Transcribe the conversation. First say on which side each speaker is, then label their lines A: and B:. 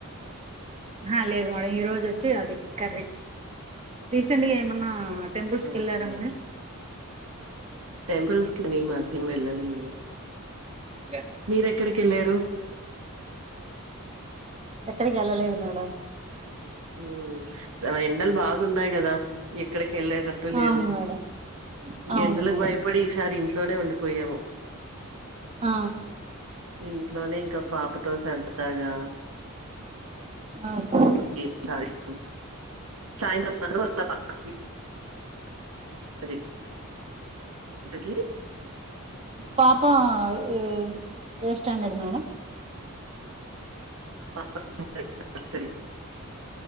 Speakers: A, on the right; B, on the right.
A: ఆహా లేదు మేడం ఈ రోజు వచ్చి అది కర్రీ రీసెంట్గా ఏమన్నా తెంబూలస్క్
B: ఓకే
A: ఏళ్ళరా మేడం.
B: టెంపుల్స్ కి మీ మధ్యం వెళ్ళలేదు.
A: లే
B: మీర్ ఎక్కడికేళ్ళారు.
A: ఎక్కడికి ఏళ్ళలేదు మేడం.
B: ఉ చానా ఎండలు బాగున్నాయి గదా ఎక్కడికి ఏళ్ళేటట్ టు లేదు
A: అవును మేడం
B: ఇగా
A: అవును
B: ఎండలకు
A: మేడం
B: భయపడి ఈసారి ఇంట్లోనే ఉండిపోయాము.
A: ఆ
B: ఇంట్లోనే ఇంకా పాపతో సరదాగా
A: అవున్
B: ఇంట్లో గేమ్స్ ఆడిస్తాం. సాయంత్రం మాత్రం సభ పతి అదే అతకి
A: పాప ఏ ఏ స్టాండర్డ్ మేడం.
B: పాప <inaudible> ఇత్తిరి.